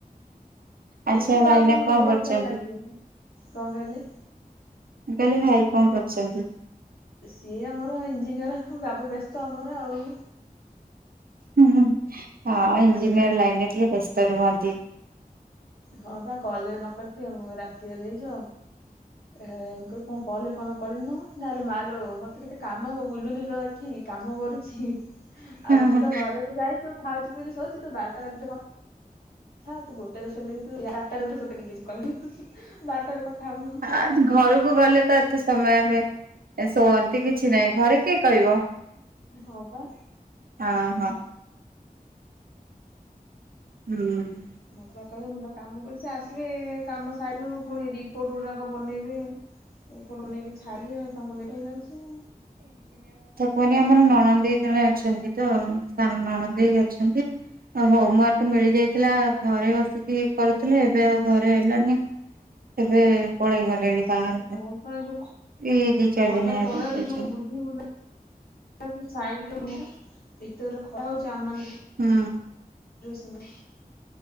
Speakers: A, on the right; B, on the left.
A: ଆଚ୍ଛା
B: ଏସି
A: ଭାଇନା
B: ଟା ଆଉ କଣ ଦିନ
A: କରୁଛନ୍ତି?
B: ଧାର ଆଉ ଲାଗିବ କଣ କହିଲେ
A: କାଲଲି ଭାଇ କଣ କରୁଛନ୍ତି?
B: ସିଏ ଆମର ଇଞ୍ଜିନିୟର ଗବୁ ବ୍ୟସ୍ତ ଆମର ଆଉ।
A: ହୁଁ ହଁ ଇଞ୍ଜିନିୟର ଲାଇନରେ ଟିକେ ବ୍ୟସ୍ତ ରୁହନ୍ତି।
B: ହଁ ବା କଲ ଯ ନ କରିଥିବ ମୁ ରାତିରୋ ଦେଇଯୁ ଆଉ ମୁଁ କ କଣ କହିଲ ଫନ କରିନି ନହେଲେ ମାଲୁ ମତେ କେତେ କାମ ହବ ବୁଲୁନି ଲ ଠିକ। କାମ କରୁଛି ଆଉ
A: ହୁଁ
B: ତୁ
A: ହୁଁ
B: ତ ଘରେ ତୁ ଯାଇଛୁ। ଥାଉଛି ପୁଝି ଶଉଛି ତୁ ବାରଟା ରାତି କଥାଥାଉ ତୁ ଗୋଟେ ହେଲେ ବି ତୁରଟା ର ଉଠୁ ତତ କିଛି କହିବି ତୁ ବାରଟାରେ ହବୁ।
A: ଆଁ ଘରକୁ ଗଲେ ତ ଏତେ ସମୟ ଆବେ ଏ ଶୁଅନ୍ତି କିଛି ନାହିଁ ଘରେ କିଏ କହିବ
B: ହଉ ବା।
A: ହଁ ହଁ ହୁଁ।
B: ମତବ କହିଲେ ମୁଁ ତ କାମ କ ସେ ଆସିବେ କାମ ସାରୁ ପୁଣି ରିପୋର୍ଟ ଗୁଡାକ ବନେଇବେ ଏ ପଟକୁ ନେଇକି ଛାଯିବେ ତାଙ୍କୁ ଲେଟ ହେଇଯାଉଛି।
A: ନି ଆମର ନଣ ଦେଇ ଜଣେ ଅଛନ୍ତି ତ ସାନ ନଣ ଦେଇଅଛନ୍ତି। ଆଉ ହୋମ ୱାର୍କ ମିଳିଯାଇଥିଲା ଘରେ ବସିକି କରୁଥିଲେ ଏବେ ଆଉ। ଘରେ ହେଲାନି ଏବେ ପଳେଇ ଗଲେଣି ବାହାରକୁ
B: ହଁ ତ ଯୋଉ
A: ଏଇ ଦି ଚାରି
B: ଖରା
A: ଦିନ ହେଲା
B: ତରରେ
A: ଯାଇଛନ୍ତି
B: ଯୋଉ ବୁଧି ବୁଲା। ସାଇଡ ହୁ ଭିତରେ ଖୁଆ ହଉଛି ଆମ
A: ହୁଁ।
B: ତମ